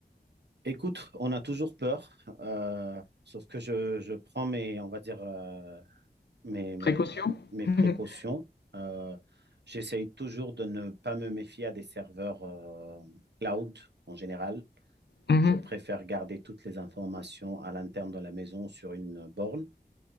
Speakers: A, on the right; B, on the left.
A: Écoute, on a toujours peur, euh, sauf que je, je prends mes, on va dire, euh, mes, mes,
B: Précaution?
A: mes
B: <laughs>
A: précautions. Euh, j'essaye toujours de ne pas me méfier à des serveurs euh, cloud en général.
B: Mhm.
A: Je préfère garder toutes les informations à l'interne de la maison sur une borne.